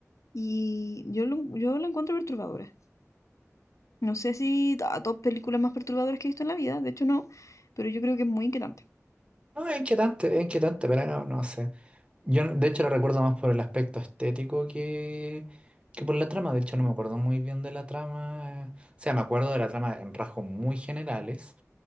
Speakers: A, on the left; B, on the right.
A: y yo lo, yo la encuentro perturbadora. No sé si a top películas más perturbadoras que he visto en la vida, de hecho no, pero yo creo que es muy inquietante.
B: No, es inquietante, es inquietante, pero no, no sé. Yo de hecho lo recuerdo más por el aspecto estético que, que por la trama. De hecho no me acuerdo muy bien de la trama. O sea, me acuerdo de la trama en rasgos muy generales,